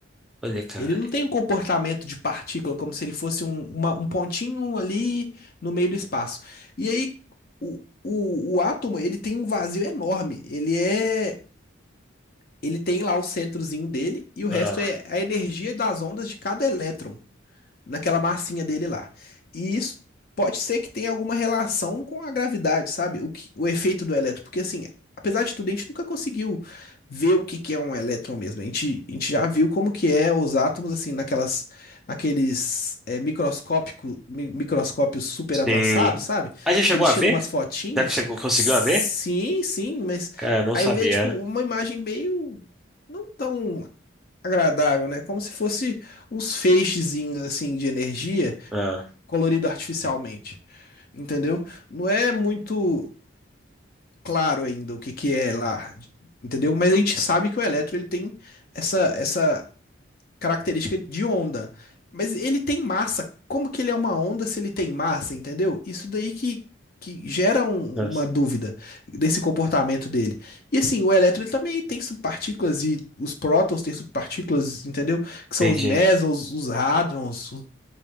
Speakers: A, in the centre; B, on the left (about 45°).
A: olha, cara.
B: Ele não tem um comportamento de partícula, como se ele fosse um, uma- um pontinho ali no meio do espaço. E aí, o, o, o átomo, ele tem um vazio enorme. Ele é, ele tem lá o centrozinho dele e o resto
A: Ah,
B: é a energia das ondas de cada elétron. naquela massinha dele lá. E isso pode ser que tenha alguma relação com a gravidade, sabe? O, que, o efeito do elétron, porque assim, apesar de tudo, a gente nunca conseguiu ver o que que é um elétron mesmo. A gente, a gente já viu como que é os átomos assim naquelas naqueles é, microscópico, mi- microscópios super
A: sim.
B: avançados, sabe?
A: A gente chegou
B: Que eles
A: a
B: tiram
A: ver?
B: umas fotinhos.
A: Já que você conseguiu
B: Sim,
A: a ver?
B: sim, mas
A: Cara, não
B: aí
A: sabia.
B: vê tipo uma imagem meio não tão agradável, né? Como se fosse uns feixezinhos assim de energia
A: Ah,
B: colorido artificialmente, entendeu? Não é muito claro ainda o que que é lá, entendeu? Mas a gente sabe que o elétron ele tem essa essa característica de onda. Mas ele tem massa. Como que ele é uma onda se ele tem massa, entendeu? Isso daí que, que gera um-
A: nossa.
B: uma dúvida desse comportamento dele. E assim, o elétron ele também tem subpartículas e os prótons têm subpartículas, entendeu? Que são
A: Entendi.
B: os mesons, os hadrons, os